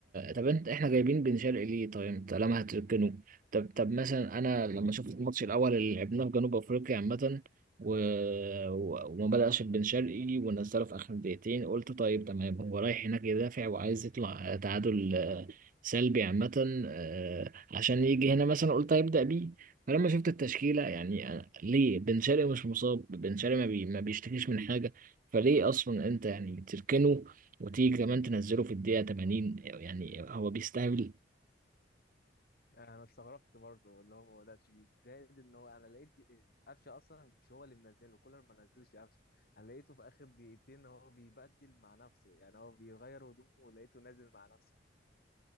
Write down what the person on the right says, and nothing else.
طب انت احنا جايبين بن شرقي ليه طيب انت لما هتركنه طب طب مثلا انا لما شفت الماتش الاول اللي لعبناه في جنوب افريقيا عامة و... و... وما بدأش بن شرقي ونزله في اخر دقيقتين قلت طيب تمام هو رايح هناك يدافع وعايز يطلع تعادل آه، سلبي عامة آه، عشان يجي هنا مثلا قلت هيبدأ بيه فلما شفت التشكيلة يعني أنا- ليه بن شرقي مش مصاب بن شرقي ما, بي... ما بيشتكيش من حاجة فليه اصلا انت يعني تركنه وتيجي كمان تنزله في الدقيقه 80 يعني هو بيستهبل